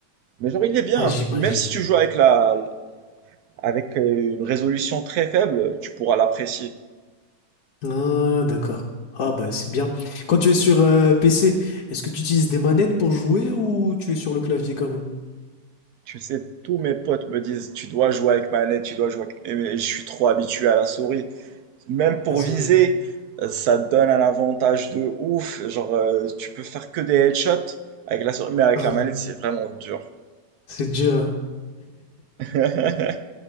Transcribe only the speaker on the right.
Mais genre, il est bien.
Même si tu joues avec la, avec euh, une résolution très faible, tu pourras l'apprécier.
Tu sais, tous mes potes me disent, tu dois jouer avec manette, tu dois jouer avec... Et mais je suis trop habitué à la souris. Même pour
viser, euh, ça te donne un avantage de ouf. Genre, euh, tu peux faire que des headshots avec la souris, mais avec
la manette, c'est vraiment dur.
<laughs>